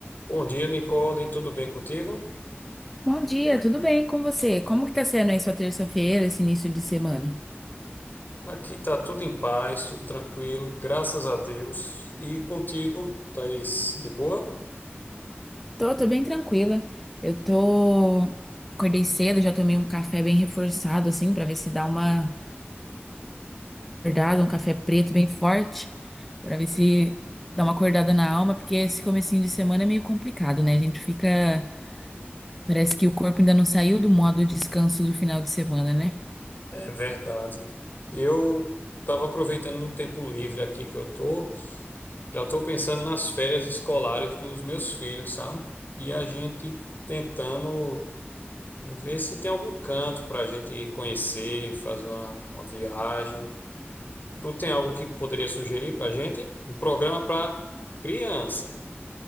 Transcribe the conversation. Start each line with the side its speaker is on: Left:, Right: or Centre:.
Left: Bom dia, Nicole. Tudo bem contigo?
Centre: Bom dia, tudo bem com você? Como que tá sendo aí sua terça-feira, esse início de semana?
Left: Aqui tá tudo em paz, tudo tranquilo, graças a Deus. E contigo, Thaís, de boa?
Centre: Tô, tô bem tranquila. Eu tô... Acordei cedo, já tomei um café bem reforçado, assim, pra ver se dá uma acordada, um café preto bem forte, pra ver se dá uma acordada na alma, porque esse comecinho de semana é meio complicado, né? A gente fica... Parece que o corpo ainda não saiu do modo descanso do final de semana, né?
Left: É verdade. Eu estava aproveitando um tempo livre aqui que eu tô. Já estou pensando nas férias escolares dos meus filhos, sabe? E a gente tentando ver se tem algum canto para a gente conhecer, fazer uma, uma viagem. Tu tem algo que poderia sugerir para a gente? Um programa para criança.